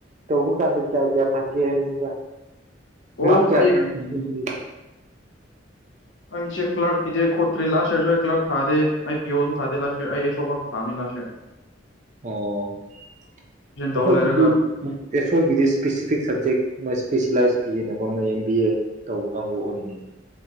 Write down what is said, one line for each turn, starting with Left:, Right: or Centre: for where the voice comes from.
Right: ꯇꯧꯕ ꯀꯥꯟꯗ ꯀꯌꯥ ꯀꯌꯥ ꯐꯪꯒꯦ ꯍꯥꯏꯅꯤ ꯇ
Left: ꯑꯣ
Right: ꯃꯥꯛ ꯀꯌꯥ
Left: ꯑꯩ
Right: ꯀꯌꯥ
Left: ꯑꯩꯁꯦ ꯀ꯭ꯂꯔꯛꯀꯤꯗꯦ ꯈꯣꯠꯇ꯭ꯔꯤ ꯂꯥꯁ ꯌꯔꯁꯨ ꯑꯩ ꯀ꯭ꯂꯔꯛ ꯊꯥꯗꯦ ꯑꯩ ꯕꯤꯌꯁꯨ ꯊꯥꯗꯦ ꯂꯥꯁ ꯌꯔ ꯑꯩ ꯑꯦꯁ ꯑꯣ ꯈꯛꯇ ꯊꯥꯕꯅ‌ꯦ ꯑꯥꯁ
Right: ꯑꯣ ꯑꯩꯈꯣꯏꯒꯤꯗꯤ
Left: ꯇꯧꯔ ꯂꯩꯔꯒ
Right: ꯏꯁꯣꯏꯒꯤꯗꯤ ꯏꯁꯄꯦꯁꯤꯐꯤꯛ ꯁꯕꯖꯦꯛ ꯅꯣꯏ ꯏꯁꯄꯤꯦꯁꯦꯂꯥꯏꯁ ꯄꯤꯒꯦꯅꯀꯣ ꯅꯣꯏ ꯑꯦꯝ ꯕꯤ ꯑꯦ ꯇꯧꯕ ꯀꯥꯡꯕꯨ ꯍꯔꯤꯅꯤꯅ